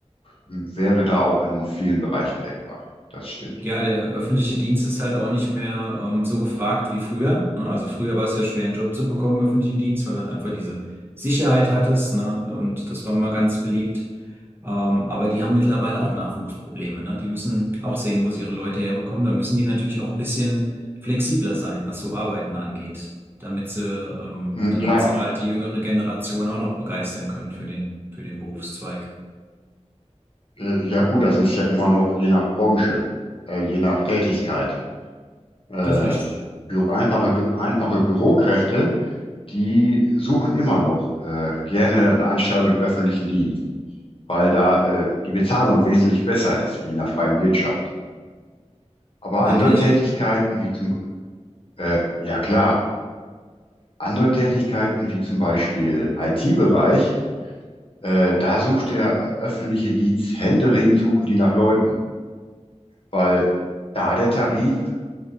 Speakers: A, on the left; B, on the right.
A: hm, wäre da auch in vielen Bereichen denkbar. Das stimmt.
B: Ja, der öffentliche Dienst ist halt auch nicht mehr ähm, so gefragt wie früher. Ne? Also früher war es ja schwer, einen Job zu bekommen im öffentlichen Dienst, weil du halt einfach diese Sicherheit hattest, ne? Und das war mal ganz beliebt. Ähm, aber die haben mittlerweile auch Nachwuchsprobleme, ne? Die müssen auch sehen, wo sie ihre Leute herbekommen. Da müssen die natürlich auch ein bisschen flexibler sein, was so Arbeiten angeht, damit sie, ähm,
A: Hm,
B: damit
A: Ja,
B: sie halt die jüngere Generation auch noch begeistern können für den, für den Berufszweig.
A: äh, ja gut, das ist ja immer noch je nach Branche, äh, je nach Tätigkeit. Äh,
B: Das ist richtig. ja.
A: bü einfache, bü einfache Bürokräfte die suchen immer noch äh, gerne eine Anstellung im öffentlichen Dienst, weil da äh, die Bezahlung wesentlich besser ist wie in der freien Wirtschaft. Aber
B: Wirklich?
A: andere Tätigkeiten, wie zum, äh, ja klar, andere Tätigkeiten
B: Hm.
A: wie zum Beispiel IT-Bereich, äh, da sucht der äh, öffentliche Dienst händeringend suchen die nach Leuten, weil da der Tarif